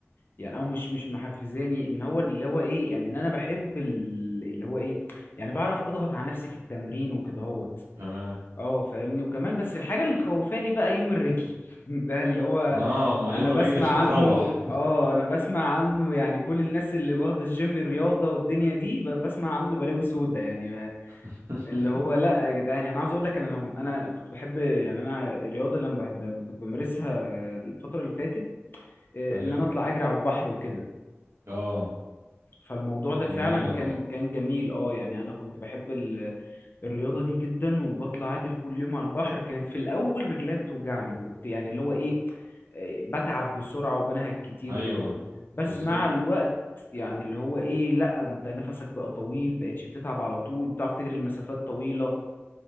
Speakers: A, on the left; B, on the right.
A: يعني او مش مش محفزاني ان هو اللي هو ايه يعني ان انا بحب ال- اللي هو ايه يعني بعرف اضغط على نفسي في التمرين وكده هوت
B: تمام
A: اه فاهمني وكمان بس الحاجه اللي مخوفاني بقى يوم الرجل <laughs> ده اللي هو
B: ما ما
A: انا
B: يوم
A: بسمع
B: الرجل مش هتروح
A: عنه اه انا بسمع عنه يعني كل الناس اللي واخده الجيم رياضه والدنيا دي ب- بسمع عنه بلاوي سودا يعني
B: <laughs>
A: اللي هو لا يا جدعان يعني انا عاوز اقول لك انا لو انا كنت بحب يعني انا الرياضه اللي انا بحب كنت بمارسها الفتره اللي فاتت إيه،
B: ايوه
A: ان انا اطلع اجري على البحر وكده
B: اه
A: فالموضوع ده
B: دي
A: فعلا
B: جميلة طبعا
A: كان كان جميل اه يعني انا كنت بحب ال- الرياضه دي جدا وبطلع اجري كل يوم على البحر كانت في الاول رجلي بتوجعني وكنت يعني اللي هو ايه آه، بتعب بسرعه وبنهج كتير
B: ايوه
A: وكده بس
B: بالظبط
A: مع الوقت يعني اللي هو ايه لا انت نفسك بقى طويل بقتش بتتعب على طول بتعرف تجري المسافات طويله